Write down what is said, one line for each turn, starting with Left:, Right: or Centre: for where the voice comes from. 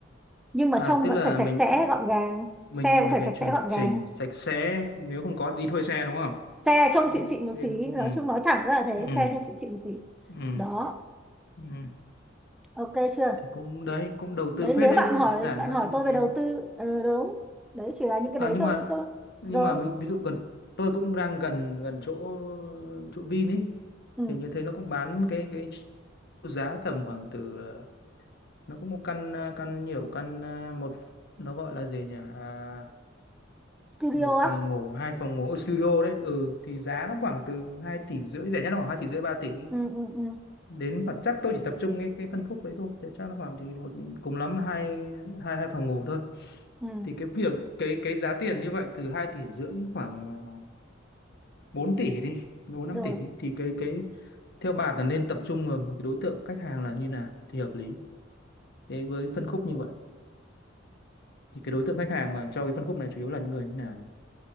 Centre: nhưng mà
Left: à
Centre: trông
Left: tức
Centre: vẫn
Left: là
Centre: phải sạch
Left: mình
Centre: sẽ gọn gàng
Left: mình
Centre: xe cũng
Left: mình
Centre: phải
Left: phải
Centre: sạch
Left: chuẩn
Centre: sẽ gọn
Left: chỉnh
Centre: gàng
Left: sạch sẽ nếu không có đi thuê xe đúng không
Centre: xe trông xịn
Left: đi
Centre: xịn một
Left: thuê-
Centre: xí
Left: ừ
Centre: nói chung nói thẳng ra là thế
Left: ừ
Centre: xe trông xịn xịn một xí
Left: ừ
Centre: đó
Left: ừ
Centre: ok chưa
Left: thì cũng đấy cũng đầu
Centre: đấy
Left: tư phết
Centre: nếu
Left: đấy
Centre: bạn
Left: chứ không
Centre: hỏi
Left: phải đơn giản
Centre: bạn
Left: đâu
Centre: hỏi
Left: đúng không
Centre: tôi về đầu
Left: Ừ.
Centre: tư ừ, đúng đấy chỉ là những cái
Left: À,
Centre: đấy
Left: nhưng
Centre: thôi
Left: mà
Centre: cho tôi
Left: nhưng
Centre: rồi
Left: mà ví, ví dụ gần tôi cũng đang gần gần chỗ chỗ Vin ấy
Centre: ừ.
Left: thì như thế nó cũng bán cái cái giá tầm khoảng từ ờ, nó cũng có căn ờ, căn nhiều căn ờ, một nó gọi là gì nhỉ à,
Centre: studio
Left: một phòng
Centre: á
Left: ngủ hai phòng ngủ ở studio đấy ừ thì giá nó khoảng từ hai tỷ rưỡi rẻ nhất là khoảng hai tỷ rưỡi ba tỷ
Centre: ừ, ừ, ừ,
Left: đến và chắc tôi chỉ tập trung cái cái phân khúc đấy thôi thì chắc nó khoảng thì một cùng lắm là hai hai hai phòng ngủ thôi
Centre: ừ.
Left: thì cái việc cái cái giá tiền như vậy từ 2 tỷ rưỡi khoảng ờ, 4 tỷ đi bốn năm
Centre: rồi
Left: tỷ đi. thì cái cái theo bà là nên tập trung vào cái đối tượng khách hàng là như nào thì hợp lý đấy với phân khúc như vậy thì cái đối tượng khách hàng mà cho cái phân khúc này chủ yếu là những người như nào